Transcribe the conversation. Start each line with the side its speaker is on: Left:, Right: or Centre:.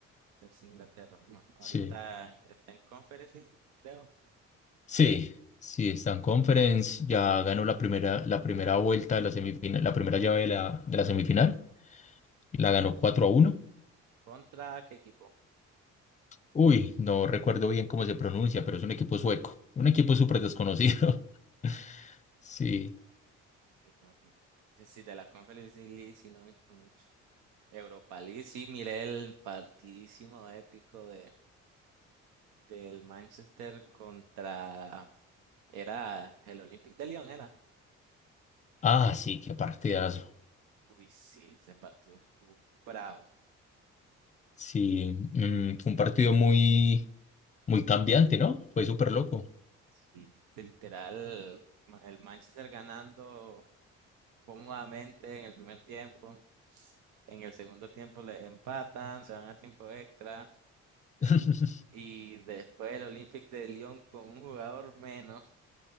Right: Chelsea, Inglaterra. No, ahorita
Left: Sí.
Right: está en Conference League, creo.
Left: Sí, sí, está en Conference, ya ganó la primera, la primera vuelta de la semifinal, la primera llave de la, de la semifinal, la ganó 4 a uno.
Right: ¿Contra qué equipo?
Left: Uy, no recuerdo bien cómo se pronuncia, pero es un equipo sueco, un equipo súper desconocido. <laughs> Sí.
Right: Y no, no. Sí, de la Conference League sí no he visto mucho. Europa League, sí, miré el partidísimo épico de del Manchester contra era el Olympique de Lyon, era.
Left: Ah, sí, qué partidazo.
Right: Uy, sí, ese partido estuvo bravo.
Left: Sí, mm, fue un partido muy, Muy cambiante, ¿no? Fue súper loco.
Right: Sí, sí, literal, ma- el Manchester ganando cómodamente en el primer tiempo. En el segundo tiempo le empatan, se van a tiempo extra.
Left: <laughs>
Right: Y después el Olympique de Lyon con un jugador menos.